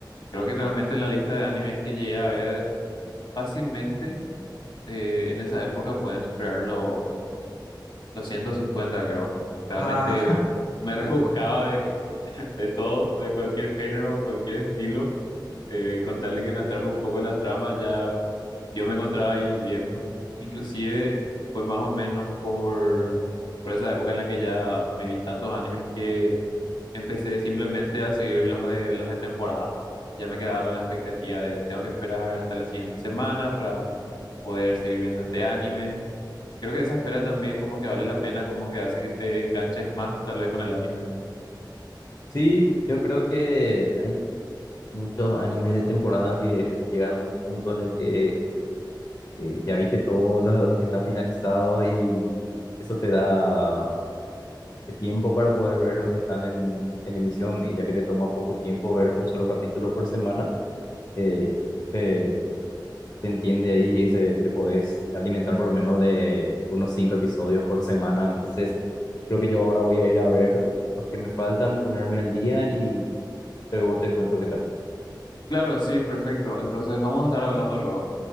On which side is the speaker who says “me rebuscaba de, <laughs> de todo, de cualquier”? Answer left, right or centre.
Left